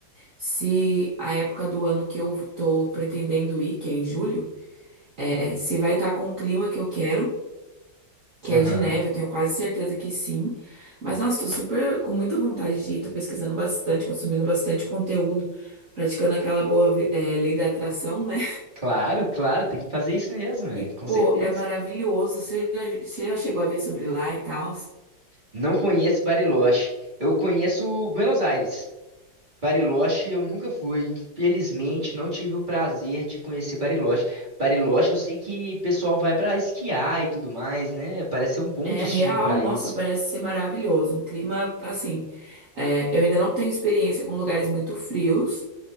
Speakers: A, on the right (about 45°); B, on the right (about 25°).
A: se a época do ano que eu tô pretendendo ir, que é em julho, é, é, se vai estar com o clima que eu quero, que
B: aham.
A: é de neve. Eu tenho quase certeza que sim. Mas, nossa, tô super com muita vontade de ir. Tô pesquisando bastante, consumindo bastante conteúdo, praticando aquela boa, ve- é, lei da atração, né?
B: Claro, claro, tem que fazer isso mesmo, é,
A: E,
B: com
A: pô,
B: certeza.
A: é maravilhoso. Você já, você já chegou a ver sobre lá e tal?
B: Não conheço Bariloche. Eu conheço Buenos Aires. Bariloche eu nunca fui, infelizmente não tive o prazer de conhecer Bariloche. Bariloche eu sei que o pessoal vai pra esquiar e tudo mais, né? Parece ser um bom
A: É
B: destino
A: real,
B: pra
A: nossa,
B: isso.
A: parece ser maravilhoso. Um clima assim. é, eu ainda não tenho experiência com lugares muito frios,